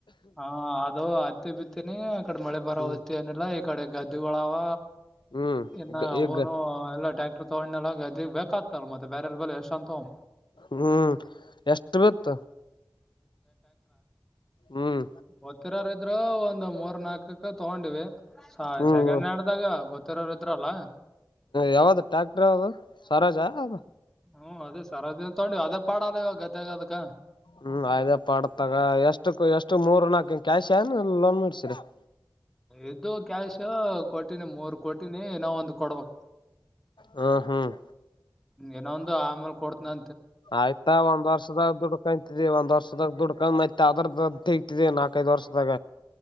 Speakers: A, in the centre; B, on the left.
A: ಹಾ ಅದು ಹತ್ತಿ ಬಿತ್ತೇನಿ ಆ ಕಡೆ ಮಳೆ ಬರ
B: ಹ್ಮ್
A: ಹೊತ್ತ ನಿಲ್ಲ ಈ ಕಡೆ ಗದ್ದಿಗಳಾವ
B: ಹ್ಮ್
A: ಇನ್ನ ಅವನು
B: ಈಗ
A: ಎಲ್ಲ ಟ್ಯಾಕ್ಟರ್ ತೋಣ್ಣೆಲಾಗ ಗದ್ದಿಗ್ ಬೇಕಾಗತ್ತಲ್ಲ ಮತ್ತೆ ಬೇರೆರ ಬಲೇ ಎಷ್ಟ ಅಂತ ತಗೋ
B: ಹ್ಮ್ ಎಷ್ಟು ಬಿತ್ತು ಹ್ಮ್
A: ಗೊತ್ತಿರರ ಇದ್ರ ಒಂದ್ ಮೂರ್ ನಾಲ್ಕಕ್ಕ ತಗೊಂಡಿವಿ. ಹ
B: ಹ್ಮ್
A: ಸೆಕೆಂಡ್ ಹ್ಯಾಂಡ್ದಾಗ ಗೊತ್ತಿರೋರ್ ಇದ್ರಲ್ಲ.
B: ಯಾವ್ದ ಟ್ಯಾಕ್ಟರ್ ಯಾವ್ದ ಸರೋಜಾ ಅದ
A: ಹ್ಮ್ ಅದೇ ಸರವಾದಿನ ತಗೊಂಡ ಅದೇ ಪಾಡಾಲವ ಗದ್ದೆಗದಕ
B: ಹ್ಮ್ ಅದ ಪಾಡತಗ ಎಷ್ಟು ಎಷ್ಟು ಮೂರ್ ನಾಕ ಕ್ಯಾಶ್ ಏನ ಲೋನ್ ಮಾಡಸಿರಿ ಹೌ
A: ಇದ್ದವ ಕ್ಯಾಶ್ ಕೊಟಿನಿ ಮೂರ್ ಕೊಟಿನಿ ಇನ್ ಒಂದು ಕೊಡ್ಬೇಕ
B: ಹ್ಮ್ ಹ್ಮ್
A: ಇನೊಂದು ಆಮೇಲೆ ಕೊಡತನ
B: ಆಯ್ತಾ ಒಂದ್ ವರ್ಷದಾಗ ದುಡ್ಕಂತ ಒಂದ್ ವರ್ಷದಾಗ ದುಡ್ಕೊಂಡಯತ್ ಅದ್ರ ನಾಕ್ ಐದ ವರ್ಷದಾಗ